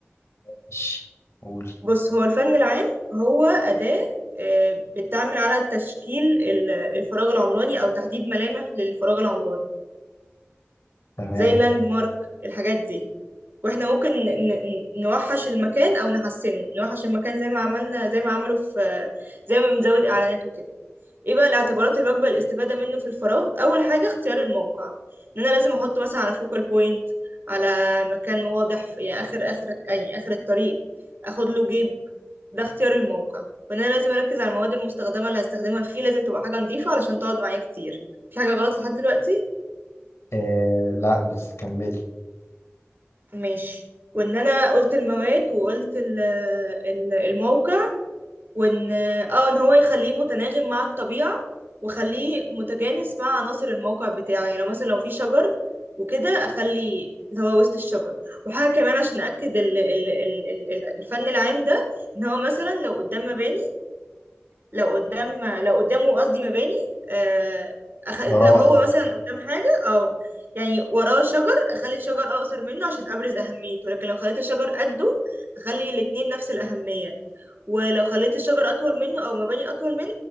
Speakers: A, on the left; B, on the right.
A: ماشي قولي
B: بص هو الفن العام هو أداة آه، بتعمل على تشكيل ال- الفراغ العمراني أو تحديد ملامح للفراغ العمراني
A: تمام
B: زي اللاند مارك الحاجات دي واحنا ممكن ن- ن- نوحش المكان أو نحسنه نوحش المكان زي ما عملنا زي ما عملوا في زي ما بنزود إعلانات وكده ايه بقى الاعتبارات اللي بقبل الاستفادة منه في الفراغ أول حاجة اختيار الموقع إن أنا لازم أحطه مثلا على فوكال بوينت على مكان واضح في- يعني آخر آخر يعني آخر الطريق أخد له جيب ده اختيار الموقع وان انا لازم اركز على المواد المستخدمه اللي هستخدمها فيه لازم تبقى حاجه نظيفه علشان تقعد معايا كتير في حاجه غلط لحد دلوقتي
A: آه لا بس كملي
B: ماشي وان انا قلت المواد وقلت ال- ال- الموقع وان اه ان هو يخليه متناغم مع الطبيعه وخليه متجانس مع عناصر الموقع بتاعه يعني لو مثلا لو في شجر وكده اخلي اللي هو وسط الشجر وحاجه كمان عشان اكد ال ال ال ال- الفن العام ده ان هو مثلا لو قدام مباني لو قدام لو قدامه قصدي مباني آه، أخ... لو
A: وراه
B: هو
A: قصدك
B: مثلا قدام حاجة أو يعني وراه شجر أخلي الشجر أقصر منه عشان أبرز أهميته لكن لو خليت الشجر قده أخلي الاتنين نفس الأهمية ولو خليت الشجر أطول منه أو مباني أطول منه